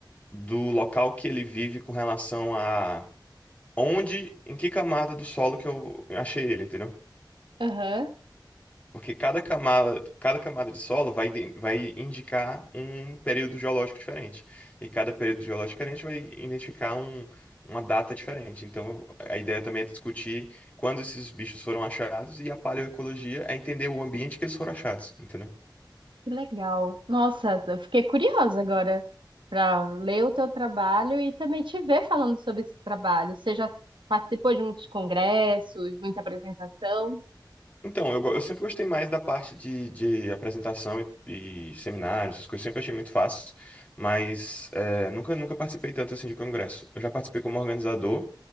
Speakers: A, on the left (about 20°); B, on the right (about 85°).
A: do local que ele vive com relação a onde, em que camada do solo que eu achei ele, entendeu?
B: Aham,
A: Porque cada camada, cada camada de solo vai, iden- vai indicar um período geológico diferente. E cada período geológico diferente vai identificar um- uma data diferente. Então, a ideia também é discutir quando esses bichos foram achados e a paleoecologia é entender o ambiente que eles foram achados, entendeu?
B: Que legal. Nossa, eu fiquei curiosa agora para ler o teu trabalho e também te ver falando sobre esse trabalho. Você já participou de muitos congressos, muita apresentação?
A: Então, eu, go- eu sempre gostei mais da parte de, de apresentação e, e seminários, essas coisas, eu sempre achei muito fácil, mas é, nunca, nunca participei tanto assim de congresso. Eu já participei como organizador,